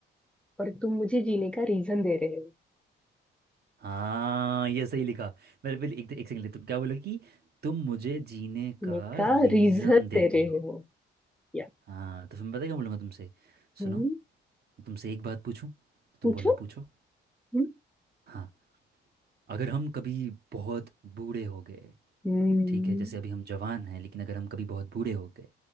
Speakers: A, in the centre; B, on the right.
A: और तुम मुझे जीने का रीजन दे रहे हो
B: हाँ ये सही लिखा मेरे पहले एक एक सेकंड तुम क्या बोलोगे कि तुम मुझे जीने
A: जीने
B: का
A: का
B: रीज़न
A: रीजन
B: देते
A: दे रहे
B: हो
A: हो या
B: हाँ तो फिर मैं पता क्या बोलूँगा तुमसे
A: हम्म
B: सुनो तुमसे एक बात पूछूं तो तुम
A: पूछो
B: बोलना पूछो
A: हम्म
B: हाँ अगर हम कभी बहुत बूढ़े हो गए
A: हम्म,
B: ठीक है जैसे अभी हम जवान हैं लेकिन अगर हम कभी बहुत बूढ़े हो गए